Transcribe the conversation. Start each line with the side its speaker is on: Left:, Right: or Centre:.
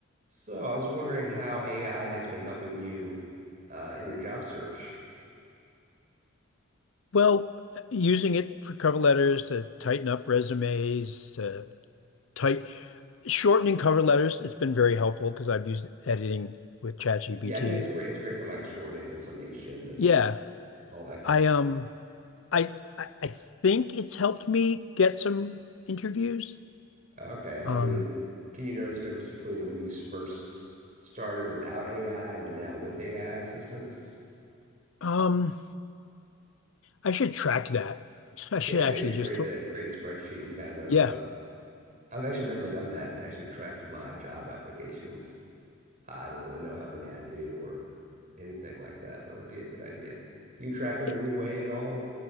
Right: So I was wondering how AI has been helping you uh, in your job search.
Left: Well, using it for cover letters to tighten up resumes, to tight shortening cover letters, it's been very helpful because I've used editing with ChatGPT.
Right: Yeah, I think it's great. It's great for like shortening and summation and
Left: Yeah,
Right: all that kind
Left: I
Right: of thing.
Left: um I, I I think it's helped me get some interviews.
Right: Okay, I
Left: Um
Right: mean, can you notice the difference between when you first started without AI and then now with AI assistance?
Left: um I should track that. I should
Right: Yeah, I
Left: actually
Right: think it'd be
Left: just
Right: great
Left: th
Right: to create a spreadsheet and kind of
Left: yeah.
Right: uh, I've actually never done that, actually tracked my job applications. I don't really know how many I do or anything like that. That would be a good idea. Do you track them
Left: I,
Right: in any way at all?